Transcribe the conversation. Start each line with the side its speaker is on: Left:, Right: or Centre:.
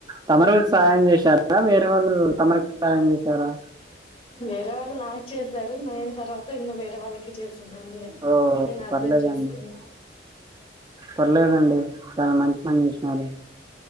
Right: తమరు వాళకి సాయం చేశారా వేరే వాళ్ళు, తమరుకి సాయం చేశారా
Left: వేరే వాళ్ళు నాకు చేశారు నయన తర్వాత ఇంకా వేరే వాళ్ళకి చేస్ చెప్పండి
Right: ఓ
Left: నేను అర్థం
Right: పర్లేదండి
Left: చేసుకున్
Right: పర్లేదండి చాలా మంచి పని చేసినారు